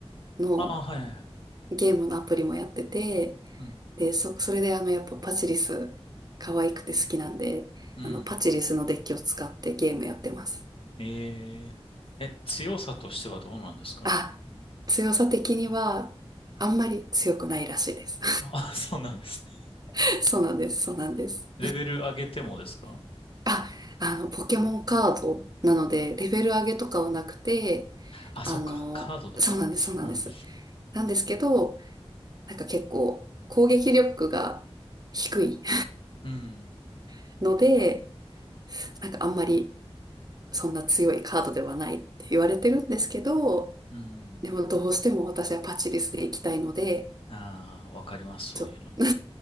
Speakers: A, on the right; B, on the left.
A: の
B: ああ、はいはいはい。
A: ゲームのアプリもやってて、
B: うん。
A: で、そ、それであの、やっぱパチリス、可愛くて好きなんで、
B: うん。
A: あの、パチリスのデッキを使ってゲームやってます。
B: ええ。え、強さとしてはどうなんですかね。
A: あ、強さ的には、あんまり強くないらしいです。
B: あ、<laughs> そうなんですね。
A: <laughs> そうなんです、そうなんです。
B: レベル上げてもですか
A: あ、あの、ポケモンカードなので、レベル上げとかはなくて、
B: あ、そっか。
A: あの、
B: カードだから。
A: そうなんです、そうなんです。
B: うん。
A: なんですけど、なんか結構、攻撃力が低い
B: うん。
A: <laughs> ので、なんかあんまりそんな強いカードではないって言われてるんですけど、
B: うん。
A: でもどうしても私はパチリスで行きたいので、
B: ああ、わかります。そういうの。
A: ちょっと <laughs>